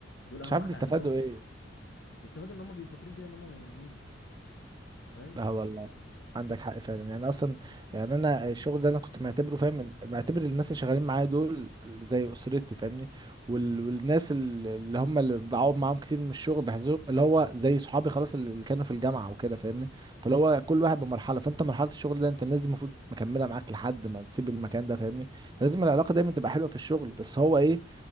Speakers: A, on the left; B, on the right.
A: دول اهم
B: مش عارف
A: حاجه
B: بيستفادوا
A: عندهم
B: ايه
A: بيستفاد ان هم بيفكرين كده ان هم مهمين انت فاهم
B: اه والله عندك حق فعلا يعني اصلا يعني انا الشغل ده انا كنت معتبره فاهم من- معتبر الناس اللي شغالين معايا دول زي اسرتي فاهمني وال... والناس ال- اللي هم اللي بقعد معاهم كتير من الشغل بحسهم اللي هو زي صحابي خلاص اللي كانوا في الجامعه وكده فاهمني فاللي هو كل واحد بمرحله فانت مرحله الشغل ده انت الناس دي المفروض مكمله معاك لحد ما تسيب المكان ده فاهمني فلازم العلاقه دايما تبقى حلوه في الشغل بس هو ايه